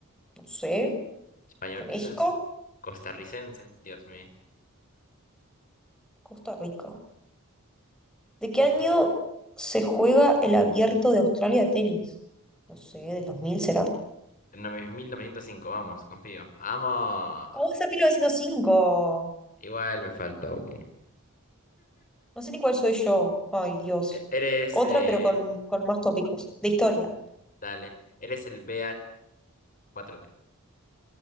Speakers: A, in the centre; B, on the left.
A: No sé.
B: español
A: ¿De México?
B: quizás, costarricense, Dios mío.
A: Costa Rica. ¿De qué
B: Fíjate.
A: año se juega el abierto de Australia de tenis? No sé, ¿del 2000, será?
B: En nove- 1905, vamos, confío. ¡Vamos!
A: ¿Cómo está mil novecientos cinco
B: Igual me faltó uno.
A: No sé ni cuál soy yo. Ay, Dios.
B: E- Eres,
A: Otra,
B: eh,
A: pero con, con más tópicos. De historia.
B: dale, eres el bhy cuatro d